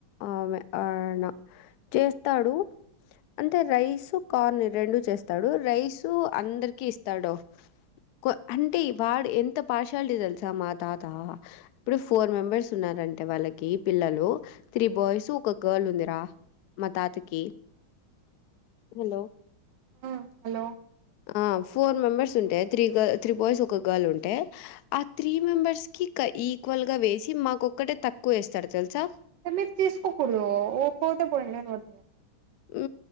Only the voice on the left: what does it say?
ఆమే ఆయన చేస్తాడు అంటే రైస్ కార్న్ రెండు చేస్ స్తాడు రైస్ అందరికి ఇస్తాడు కొ అంటే వాడు ఎం త పార్షాలిటీ తెలుసా మా తాత ఇప్పుడు ఫోర్ మెంబర్స్ ఉన్నారండి టే వాళ్ళకి పిల్లలు త్రీ బాయ్స్ ఒక గర్ల్ ఉంది రా మా తాతకి హలో
ఆ ఫోర్ మెంబర్స్ ఉంటే త్రీ గల్ త్రీ బాయ్స్ ఒక గర్ల్ ఉంటే ఆ త్రీ మెంబర్స్కి ఇక ఈక్వల్గా వేసి మాకు ఒక్కటే తక్కువ వేస్తాడు తెలుసా
ఊ